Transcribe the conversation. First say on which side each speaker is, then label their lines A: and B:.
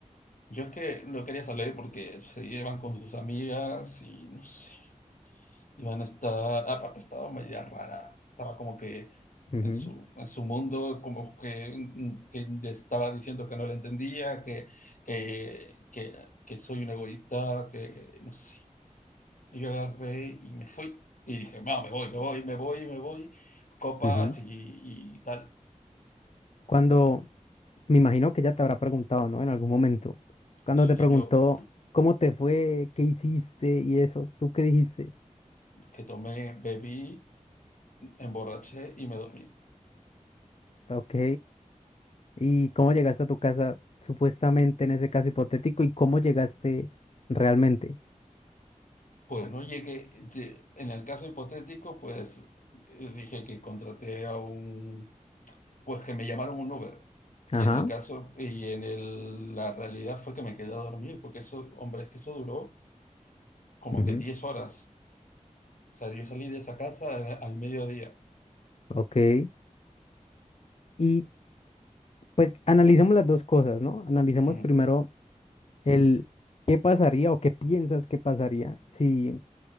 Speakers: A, on the left; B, on the left.
A: Yo es que lo quería salir porque se llevan con sus amigas y no sé, iban a estar, aparte estaba media rara, estaba como que
B: ujú,
A: en su, en su mundo, como que, mm, que ya estaba diciendo que no le entendía, que, que, que, que soy un egoísta, que no sé. Y yo agarré y me fui y dije, no, me voy, me voy, me voy, me voy, copas
B: ujú.
A: y, y tal.
B: Cuando, me imagino que ya te habrá preguntado, ¿no? En algún momento. Cuando
A: Sí,
B: te preguntó
A: yo
B: cómo te fue, qué hiciste y eso, ¿tú qué dijiste?
A: que tomé, bebí, emborraché y me dormí.
B: Ok. ¿Y cómo llegaste a tu casa, supuestamente en ese caso hipotético, y cómo llegaste realmente?
A: Pues no llegué, lle- en el caso hipotético, pues eh, dije que contraté a un, pues que me llamaron un Uber. Y
B: Ajá.
A: en el caso, y en el- la realidad fue que me quedé a dormir, porque eso, hombre, es que eso duró como
B: ujú,
A: que 10 horas. O sea, yo salí de esa casa a- al, mediodía.
B: Ok. Y pues analicemos las dos cosas, ¿no? Analicemos
A: Mm,
B: primero el qué pasaría o qué piensas que pasaría si